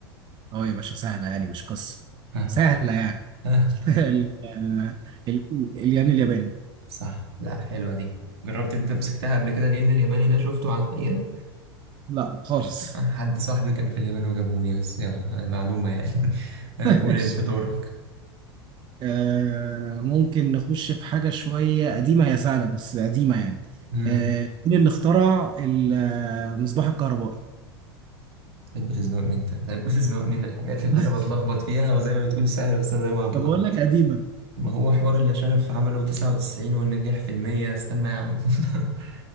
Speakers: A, on the right; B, on the right.
A: اه يا باشا سهله يعني مش قصه
B: ها
A: سهله يعني
B: ها
A: <laughs> ال... آه، ال... الين الياباني
B: صح لأ حلوة دي جربت أنت مسكتها قبل كده لأن الياباني ده شفته على الحقيقة
A: لا خالص
B: حد صاحبي كان في اليابان وجابهولي بس يلا آه، معلومة يعني <laughs> آه
A: <laughs>
B: قول
A: ماشي
B: أنت دورك
A: آه ممكن نخش في حاجة شوية قديمة هي سهلة بس قديمة يعني
B: مم.
A: آه مين اللي اخترع المصباح الكهربائي؟
B: تحب تزنقني أنت تحب تزنقني في الحاجات اللي
A: <laughs>
B: أنا بتلخبط فيها وزي ما بتقول سهلة بس أنا دايما بتلخبط
A: طب اقول لك قديمه
B: ما هو حوار اللي شايف عمله 99 والنجاح في المية استنى يا عم <laughs>